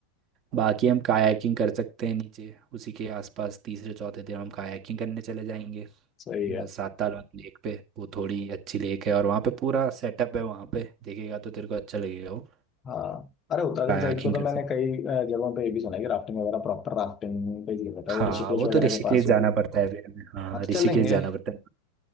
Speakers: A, on the right; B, on the left.
A: बाकी हम कायाकिंग कर सकते हैं नीचे उसी के आसपास तीसरे चौथे दिन हम कायाकिंग करने चले जाएंगे
B: सही
A: अ,
B: है
A: साताल वाली लेक पे वो थोड़ी अच्छी लेक है और वहाँ पे पूरा सेटअप है वहाँ पे देखेगा तो तेरे को अच्छा लगेगा वो
B: हाँ अरे उत्तराखंड
A: कायाकिंग
B: साइड को तो
A: कर
B: मैंने कई अ, जगहों पे ये भी सुना है कि राफ्टिंग वगैरह प्रॉपर राफ्टिंग पे ही होता
A: हाँ
B: है वो ऋषिकेश
A: वो
B: वगैरह
A: तो ऋषिकेश
B: के पास जो
A: जाना
B: भी
A: पड़ता है फिर हमें हाँ
B: हाँ तो चलेंगे
A: ऋषिकेश जाना पड़ता है